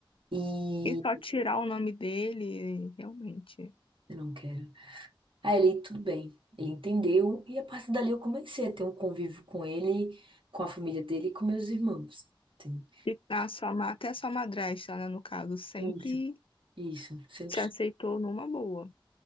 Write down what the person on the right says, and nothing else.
E
eu não quero. Aí ele, tudo bem. Ele entendeu e a partir dali eu comecei a ter um convívio com ele, com a família dele e com meus irmãos. Sim.
Isso, isso, sempre.